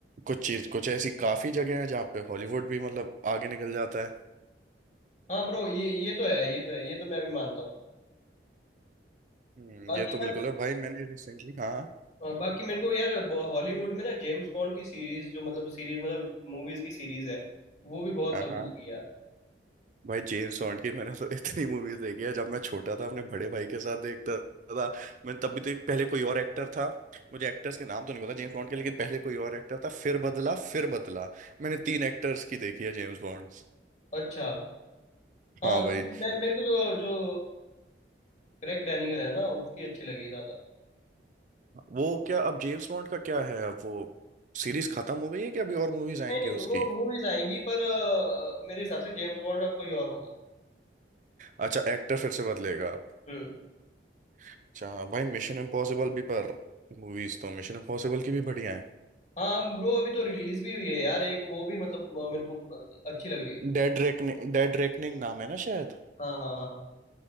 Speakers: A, on the right; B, on the left.
A: कुछ चीज़ कुछ ऐसी काफ़ी जगह हैं जहाँ पे हॉलीवुड भी मतलब आगे निकल जाता है
B: हाँ ब्रो ये ये तो है ये तो है ये तो मैं भी मानता हूँ
A: हम्म,
B: बाकी
A: ये तो बिल्कुल
B: यार
A: है भाई मैंने रिसेंटली हाँ
B: और बाकी मेरे को यार ब- हॉलीवुड में ना जेम्स बॉन्ड की सीरीज जो मतलब सीरीज मतलब मूवीज की सीरीज है वो भी बहुत
A: हाँ
B: तगड़ी
A: हाँ
B: लगी यार
A: भाई जेम्स बॉन्ड की मैंने तो <laughs> इतनी मूवीज देखी है जब मैं छोटा था अपने बड़े भाई के साथ देखता था मैंने तब भी तो एक पहले कोई और एक्टर था मुझे एक्टर्स के नाम तो नहीं पता जेम्स बॉन्ड के लेकिन पहले कोई और एक्टर था फिर बदला फिर बदला मैंने तीन एक्टर्स की देखी है जेम्स बॉन्ड
B: अच्छा हाँ
A: हाँ
B: तो
A: भाई
B: मैं मेरे को तो जो क्रेग डैनियल है ना उसकी अच्छी लगी ज्यादा
A: वो क्या अब जेम्स बॉन्ड का क्या है अब वो सीरीज खत्म हो गई है कि अभी और मूवीज आएंगी
B: नहीं नहीं
A: उसकी
B: वो मूवीज आएंगी पर अ, मेरे हिसाब से जेम्स बॉन्ड अब कोई और होगा
A: अच्छा एक्टर फिर से बदलेगा अब
B: हम्म
A: अच्छा भाई मिशन इम्पॉसिबल भी पर मूवीज तो मिशन इम्पॉसिबल की भी बढ़िया है
B: हाँ ब्रो अभी तो रिलीज भी हुई है यार एक वो भी मतलब अ, मेरे को अ, अच्छी लग रही है
A: डेड रेकनिंग डेड रेकनिंग नाम है ना शायद
B: हाँ हाँ हाँ